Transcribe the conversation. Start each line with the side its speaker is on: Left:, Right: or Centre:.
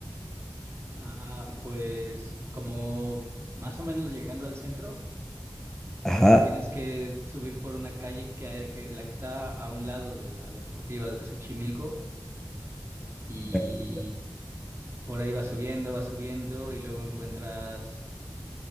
Right: Ah, pues como más o menos llegando al centro.
Centre: Ajá.
Right: Te tienes que subir por una calle que, hay- que la que está a un lado de la deportiva de Xochimilco y
Centre: Ya, ya,
Right: por ahí vas subiendo, vas subiendo y luego encuentras